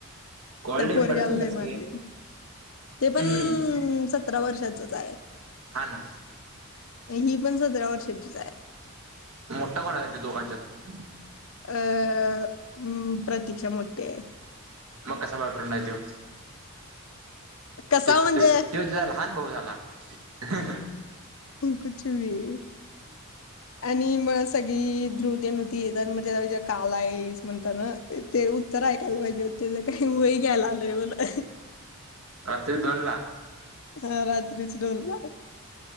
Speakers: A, on the right; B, on the left.
A: कॉल्ड
B: त्या पोरग्याला
A: बरच नाही
B: पण
A: कस
B: लई मारली ते पण
A: हम्म
B: सतरा वर्षाचच आहे
A: हा ना
B: ही पण सतरा वर्षाचीच आहे
A: मोठा कोण आहेच्या दोगाच्यात
B: <unintelligible> प्रतीक्षा मोठी हाय
A: <unintelligible> मग कस बॉयफ्रेंड हाय त्यो
B: कसा
A: ते
B: म्हणजे
A: तझला लहान भाऊ झाला <inaudible>
B: कुछ भी आणी मग धृवती नृती येत मग त्यालाे काल आहेस म्हणत ना ते उत्तर ऐकायला पाहिजे काही वय घ्यायला आलंय म्ह
A: रात्री दोन ला
B: हा रात्रीच डोन ला